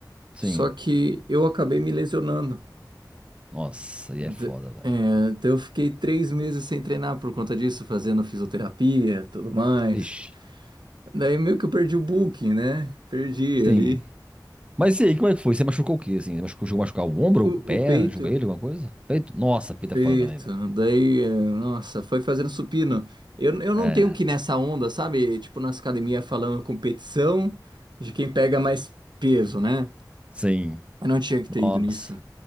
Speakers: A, on the right; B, on the right.
A: Sim.
B: Só que eu acabei me lesionando.
A: Nossa, e
B: D-
A: é foda, velho.
B: é, então eu fiquei três meses sem treinar por conta disso, fazendo fisioterapia, tudo mais.
A: Vixe.
B: Daí meio que eu perdi o bulking, né? Perdi
A: Sim.
B: ali.
A: Mas e aí, como é que foi? Você machucou o quê, assim? Você machucou, chegou a machucar o ombro, o
B: O,
A: pé,
B: o peito,
A: o joelho, alguma coisa? Peito? Nossa, peito
B: peito.
A: é foda também, velho.
B: Daí, é, nossa, foi fazendo supino. Eu, eu não
A: É.
B: tenho que ir nessa onda, sabe? Tipo, nas academias falando competição de quem pega mais peso, né?
A: Sim.
B: Eu não tinha que
A: Nossa.
B: ter ido nisso.